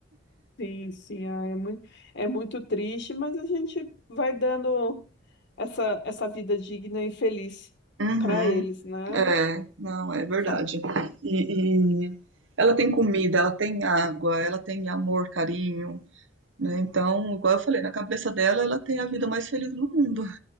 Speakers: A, on the left; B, on the right.
A: Sim, sim, ah, é muito, é muito triste, mas a gente vai dando essa, essa vida digna e feliz
B: <laughs> Uhum,
A: para eles, né?
B: é, não, é verdade.
A: Fa-
B: E, e ela tem comida, ela tem água, ela tem amor, carinho, né? Então, igual eu falei, na cabeça dela, ela tem a vida mais feliz do mundo.